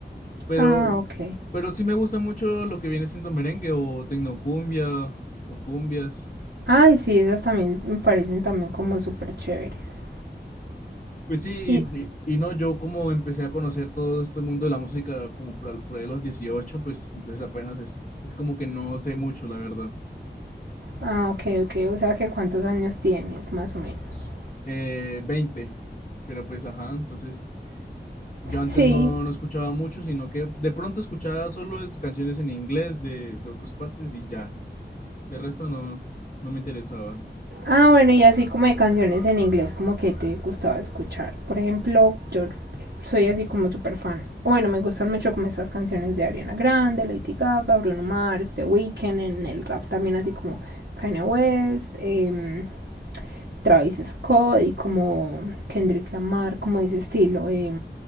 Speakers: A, on the left; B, on the right.
A: Pero,
B: Ah, ok.
A: pero sí me gusta mucho lo que viene siendo merengue o tecnocumbia o cumbias.
B: Ay, sí, esas también me parecen también como súper chéveres.
A: Pues sí,
B: Y,
A: y, y- y no, yo como empecé a conocer todo este mundo de la música como por, al- por ahí a los 18 pues entonces apenas es, es como que no sé mucho, la verdad.
B: ah, ok, ok, o sea que cuántos años tienes, más o menos.
A: Eh, 20, pero pues ajá, entonces yo antes
B: Sí.
A: no, no escuchaba mucho, sino que de pronto escuchaba solo es canciones en inglés de, de otras partes y ya, de resto no, no me interesaban.
B: Ah, bueno, y así como de canciones en inglés, como que te gustaba escuchar. Por ejemplo, yo soy así como súper fan. Bueno, me gustan mucho como estas canciones de Ariana Grande, Lady Gaga, Bruno Mars, The Weeknd, en el rap también así como Kanye West, em, Travis Scott y como Kendrick Lamar, como de ese estilo. Eh,